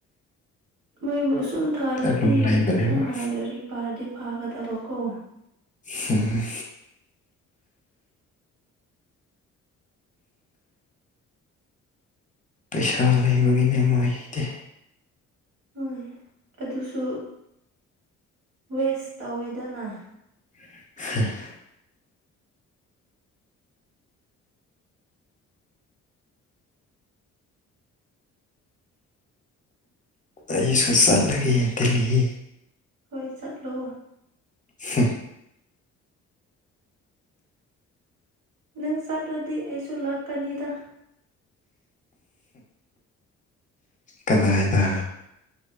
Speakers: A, on the right; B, on the left.
A: ꯃꯣꯏꯕꯨꯁ ꯁꯨꯝ ꯊꯥꯔꯗꯤ
B: ꯑꯗꯨꯝ ꯂꯩꯕꯅꯦꯕ
A: ꯐꯖꯅ ꯂꯥꯏꯔꯤꯛ ꯄꯥꯔꯗꯤ ꯄꯥꯒꯗꯕꯀꯣ
B: ꯎꯝ ꯄꯩꯁꯥ ꯂꯩꯕꯒꯤꯅꯦ ꯃꯇꯦ
A: ꯍꯣꯏ ꯑꯗꯨꯁꯨ ꯋꯦꯁ ꯇꯧꯋꯦꯗꯅ
B: <inaudible> ꯑꯩꯏꯁꯨ ꯆꯠꯂꯒꯦ ꯗ
A: ꯍꯣꯏ ꯆꯠꯂꯣ
B: ꯍꯝ
A: ꯅꯪ ꯆꯠꯂꯗꯤ ꯑꯩꯁꯨ ꯂꯥꯛꯀꯅꯤꯗ
B: ꯀꯗꯥꯏꯗ